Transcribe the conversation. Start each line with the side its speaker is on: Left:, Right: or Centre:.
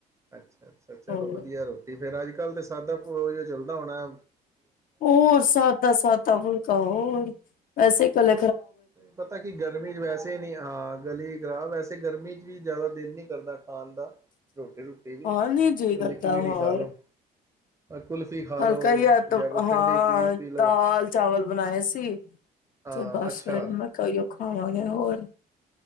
Right: ਅੱਛਾ-ਅੱਛਾ ਚਲੋ
Left: ਹੋਰ
Right: ਵਧੀਆ ਰੋਟੀ ਫੇਰ ਅੱਜ ਕੱਲ ਤੇ ਸਾਡਾ ਉਹੀਓ ਚੱਲਦਾ ਹੋਣੈ
Left: ਹੋਰ ਸਾਦਾ-ਸਾਦਾ ਫੁਲਕਾ ਹੋਰ ਹੋਰ ਵੈਸੇ ਕਲ
Right: ਪਤਾ ਕੀ ਗਰਮੀ ਚ ਵੈਸੇ ਹੀ ਨੀ, ਹਾਂ ਗਲੀ ਖਰਾਬ ਵੈਸੇ ਗਰਮੀ ਚ ਵੀ ਜ਼ਿਆਦਾ ਦਿਲ ਨਹੀਂ ਕਰਦਾ ਖਾਣ ਦਾ, ਰੋਟੀ-ਰੂਟੀ ਵੀ,
Left: ਹਾਂ
Right: ਕੋਈ
Left: ਨੀ ਜੀ ਕਰਦਾ
Right: ਲਿਕਵਿਡ
Left: ਹੋਰ
Right: ਹੀ ਖਾ ਲੋ ਕੁਲਫ਼ੀ ਖਾ ਲੋ
Left: ਹਲਕਾ ਹੀ ਯਦ
Right: ਜਾਂ ਕੋਈ
Left: ਹਾਂ
Right: ਠੰਡੀ ਚੀਜ਼ ਪੀ ਲਓ
Left: ਦਾਲ-ਚਾਵਲ ਬਣਾਏ ਸੀ
Right: ਹਾਂ
Left: ਤੇ ਬਸ
Right: ਅੱਛਾ
Left: ਫੇਰ ਮੈਂ ਕਿਹਾ ਓਈਓ ਖਾਵਾਂਗੇ ਹੋਰ